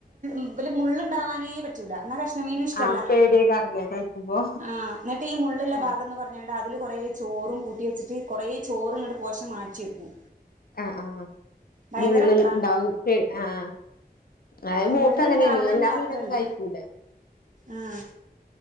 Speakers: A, on the right (about 50°); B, on the left (about 65°).
A: ഇബ്ബൽ മുള്ള്ണ്ടാവാനേ പറ്റൂല ന്ന കഷ്ണമീനും ഇഷ്ടല്ല.
B: ആഹ് പേടിയേക്കാരല്ലേ കഴിക്കുമ്പോ
A: ആഹ് ന്നട്ടീമുള്ള്ള്ള
B: ആഹ്
A: ഭാഗംന്ന് പർഞാ ട്ട അതില് കൊറേ ചോറും കൂട്ടി വെച്ചിട്ട് കൊറേ ചോറും ങ്ങട്ട് പോശം മാറ്റി വെക്കും
B: അഹ് ആഹ്
A: ഭയങ്കര
B: മുള്ള്
A: വെളാണ്
B: ൽ ണ്ടാവും ക്കെയ് ആഹ് അഹ് മോക്ക്
A: മുള്ള്ണ്ടാവണത്
B: അങ്ങനെനി എല്ലാ
A: മാത്രല്ല
B: മീനൊന്നും കഴിക്കൂല.
A: ആഹ്